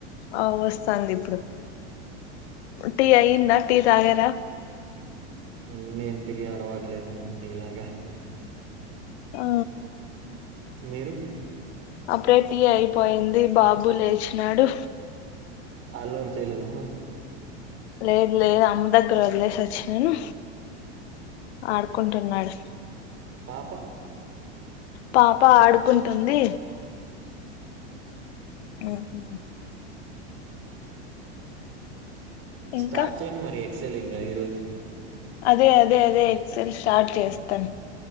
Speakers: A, on the left (about 70°); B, on the right (about 40°).
A: ఆ వస్తాంది ఇప్పుడు టీ అయిందా టీ తాగార
B: ఎన్ని ఇంటికి అలవాట్లేదమ్మా ఇలాగా
A: ఆ
B: మీరు
A: అప్పుడే టీ అయిపోయింది బాబు లేచినాడు
B: ఆలోర్ చేయలేదా మరి
A: లేదు లేదు అమ్మ దగ్గర వదిలేస్ వచ్చినాను ఆడుకుంటున్నాడు
B: పాప
A: పాప ఆడుకుంటుంది ఉహుహ్
B: స్టార్ట్
A: ఇంకా
B: చేయండి మరి ఎక్సెలింగ్ ఈ రోజు
A: అదే అదే అదే ఎక్సెల్ స్టార్ట్ చేస్తాన్